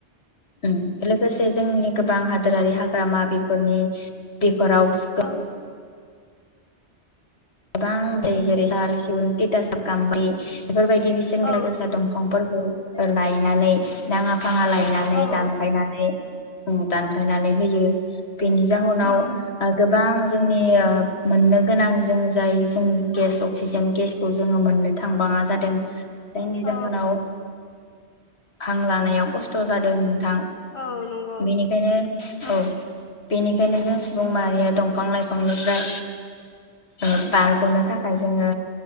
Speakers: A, on the left; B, on the left.
A: उम लोगोसे जोंनि गोबां हाद हादोरारि हाग्रामा बेफोरनि <unintelligible>
B: औ
A: गोबां जाय जेरै साल सिगुन टिटासाक गामब्रि बेफोरबायदि बेसेनगोसा
B: औ
A: गोसा दंफांफोरखौ फोर लायनानै नाङा फाङा लायनानै
B: औ
A: दानफायनानै
B: औ
A: ओ दानफायनानै होयो बेनि जाहोनाव
B: उम उम
A: ओ गोबां जोंनिया मोननो गोनां जों जाय जों गेस अक्सिजेन गेसखौ जोङो मोननो थांबाङा जादों। जायनि
B: औ
A: जाहोनाव हां लानायाव खस्थ' जादों। थां
B: औ नंगौ
A: बेनिखायनो औ बेनिखायनो जों सुबुं माहारिया दंफां-लाइफांनिफ्राय ओ‌ बारग'नो थाखाय जोङो